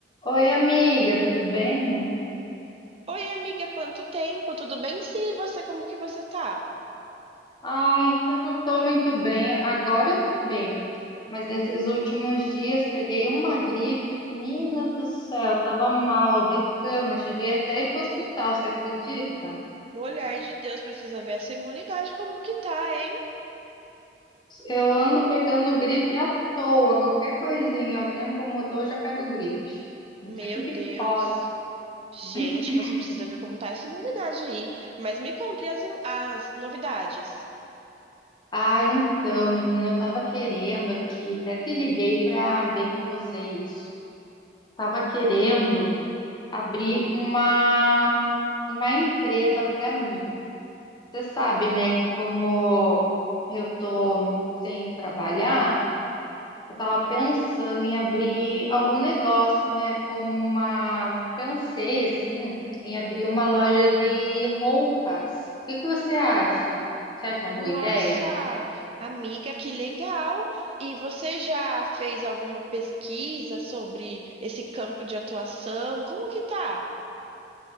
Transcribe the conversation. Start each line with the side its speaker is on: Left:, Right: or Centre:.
Left: Oi, amiga, tudo bem?
Right: Oi, amiga, quanto tempo? Tudo bem? Sim, e você, como que você tá?
Left: Ai, eu não tô muito bem. Agora eu tô bem, mas nesses últimos dias peguei uma gripe, menina do céu, tava mal, de cama, cheguei até a ir pro hospital, você acredita?
Right: Mulher de Deus, precisa ver essa imunidade como que tá, hein?
Left: Eu ando pegando gripe à toa, qualquer coisinha, o tempo mudou, eu já pego gripe. Não
Right: Meu
Left: sei o que
Right: Deus.
Left: pode.
Right: Gente,
Left: <clears throat>
Right: você precisa ver como tá essa imunidade aí. Mas me conte as, im- as novidades.
Left: Ah, então, menina, eu tava querendo aqui, até te liguei pra ver com você isso. Tava querendo. abrir uma, uma empresa para mim. Você sabe, né, que como eu tô sem trabalhar, eu tava pensando em abrir algum negócio, né, como uma, pensei assim, em abrir uma loja de roupas. O que que você acha? Você acha uma boa
Right: Nossa,
Left: ideia?
Right: amiga, que legal! E você já fez alguma pesquisa sobre esse campo de atuação? Como que tá?